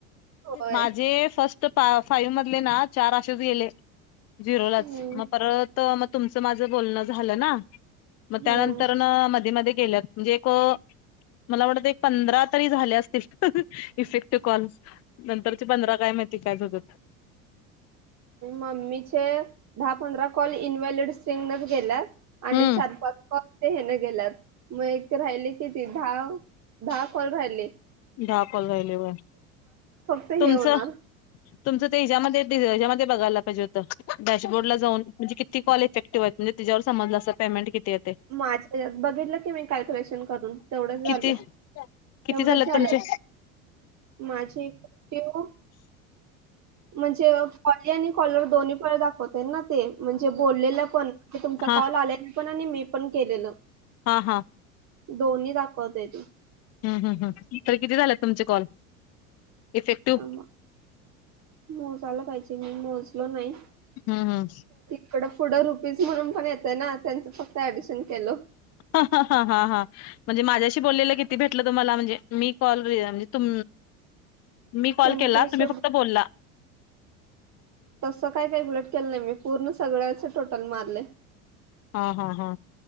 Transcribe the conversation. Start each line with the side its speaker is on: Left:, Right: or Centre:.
Right: होय
Left: माझे फस्ट फाईव म <unintelligible> चार असच गेले जिरो लाच
Right: हम्म
Left: मग परत त मग तुमचं आणि माझं बोलणं झालं ना मग त्यामध्ये
Right: हम्म
Left: न मध्ये मध्ये गेलेत म्हणजे एक मला वाटते एक पंधरा तरी झाले असतील. इफेक्टिव कॉल नंतर चे पंधरा काय माहिती काय बघत?
Right: मम्मीचे दहा पंधरा कॉल इनव्हलिड स्टीगनच गेल्यात. आणि
Left: हम्म
Right: चार पाच कॉल ते ह्यांन गेल्यात म एक राहिली किती? दहा दहा कॉल राहिली.
Left: दहा कॉल राहिले व.
Right: फक्त हे
Left: तुमचं
Right: होणार
Left: तुमचं ते हिचामधे याच्यामध्ये बघायला पाहिजे होतं डॅशबोर्डला जाऊन म्हजे किती कॉल इफेक्टिव्ह आहेत म्हजे तीच्यावर समजलं असं पेमेंट किती येते
Right: माझ्या ह्याच्यात बघितलं की मी कॅल्क्युलेशन करून.. तेवढंच झालं
Left: किती किती
Right: तेवढंच
Left: झालेत
Right: झालं.
Left: तुमचे
Right: माझी पिऊ म्हणजे अ कॉली आणि कॉलर दोन्ही ळ दाखवतोय न ते म्हणजे बोललेलं पण की तुमचा
Left: हा
Right: कॉल आलेला पण आणि मी पण केलेलं.
Left: हा हा
Right: दोन्ही दाखवते ते
Left: हम्म हम्म हम्म तरी किती झालेत तुमचे कॉल? इफेक्टिव्ह
Right: ह मोजाला पाहिजे मी मोजलो नाही.
Left: हम्म हम्म
Right: इकड पुढं रुपीज म्हणून पण येतय ना त्यांचं फक्त ऍडिशन केलं.
Left: हा हा हा हा हा म्हणजे माझ्याशी बोललेलं किती भेटलं तुम्हाला म्हणजे मी कॉल <unintelligible> म्हणजे तुम मी कॉल
Right: तुमच्यासोबत
Left: केला तुम्ही फक्त बोला.
Right: तसं काय कॅल्क्युलेट केलं नाही मी पूर्ण सगळ्याच टोटल मारले.
Left: हा हा हा